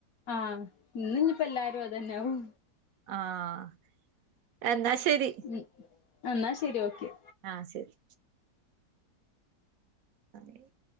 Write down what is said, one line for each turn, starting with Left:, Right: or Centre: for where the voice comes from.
Left: ആഹ് ഇന്ന് ഇന്നീപ്പ എല്ലാരും അതെന്നാവും
Right: ആഹ് എന്നാ ശെരി
Left: ഉം എന്നാ ശെരി ഓക്കെ
Right: ആഹ് ശെരി <unintelligible>